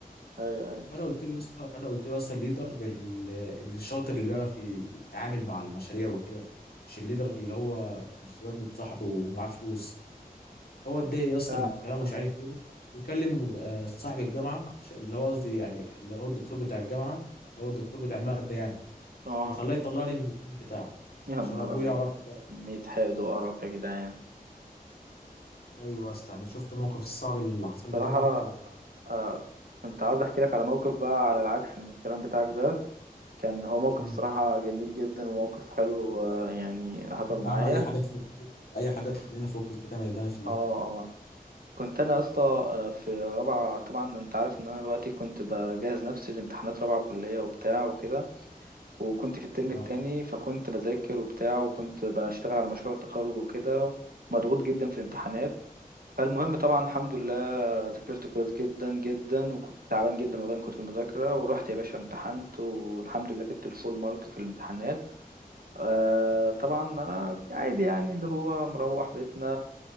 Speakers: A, on the right; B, on the left.
A: ايوه ايوه
B: فانا قلت له يا اسطى فانا قلت له اصلا الليدر بال- الشاطر اللي بيعرف ي- يتعامل مع المشاريع وكده مش الليدر اللي هو مستفاد من صاحبه ومعاه فلوس هو اتضايق يا اسطى
A: فعلا
B: من الكلام ومش
A: فعلا
B: عارف ايه بيكلم آه، صاحب الجامعه عشان- اللي هو قصدي يعني اللي هو الدكتور بتاع الجامعه اللي هو الدكتور بتاع الماده يعني
A: اه
B: وخلاه يطلعني من التيم بتاعه
A: يا
B: عشان
A: نهار
B: ابوه
A: ابيض
B: يعرف بقى.
A: كمية حقد وقرف يا جدعان
B: ايوه يا اسطى انا شفت الموقف الصعب اللي حصل
A: صراحة
B: لي ده موقف
A: آه كنت عاوز احكي لك على موقف بقى على العكس من الكلام بتاعك ده كان هو موقف
B: مم.
A: صراحة جميل جدا وموقف حلو آه يعني حصل
B: يا
A: معايا
B: عم اي حاجه تخليني- اي حاجه تخلينا فوق كده من اللي انا فيه
A: اه آه. كنت انا يا اسطى آه، في رابعة طبعا انت عارف ان انا دلوقتي كنت بجهز نفسي لامتحانات رابعة كلية وبتاع وكده وكنت في الترم
B: اه
A: التاني فكنت بذاكر وبتاع وكنت بشتغل على مشروع التخرج وكده مضغوط جدا في الامتحانات فالمهم طبعا الحمد لله ذاكرت كويس جدا جدا وكنت تعبان جدا والله من كتر المذاكرة ورحت يا باشا امتحنت والحمد لله جبت الفول مارك في الامتحانات آه طبعا أنا عادي يعني اللي هو مروح بيتنا